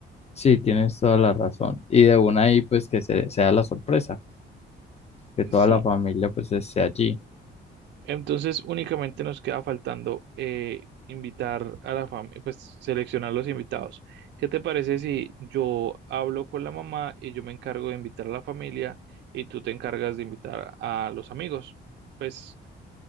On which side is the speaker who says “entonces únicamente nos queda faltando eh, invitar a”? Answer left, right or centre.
Right